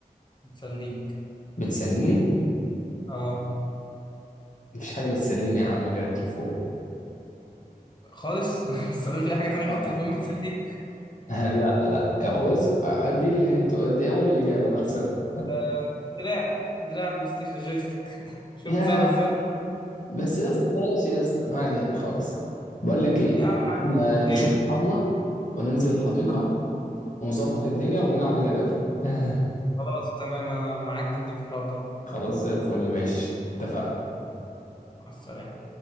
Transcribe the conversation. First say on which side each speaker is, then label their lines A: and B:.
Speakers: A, on the left; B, on the left.
A: بتسليك
B: بتسليني؟
A: اه
B: مفيش حاجة بتسليني يا عم غير التليفون
A: خالص <laughs> ما بتستخدمش اي حاجه تانية
B: اه
A: غير التليفون بتسليك
B: <laughs> لا لا بص دي الهنت دي اول الاجابه انا خسرت
A: أه دراع دراع بلاي ستيشن جويستيك <laughs>
B: <laughs>
A: شفت
B: يا
A: سهله ازاي
B: بس يا اسطى ماشي يا اسطى ما علينا خلاص بقول لك ايه
A: يا عم
B: إحنا نشوف
A: ايه
B: الطبله وننزل الحديقه ونظبط الدنيا ونلعب اللعبه دي <laughs>
A: خلاص تمام انا معاك جدا في الحوار ده
B: خلاص زي الفل ماشي اتفقنا
A: مع السلامه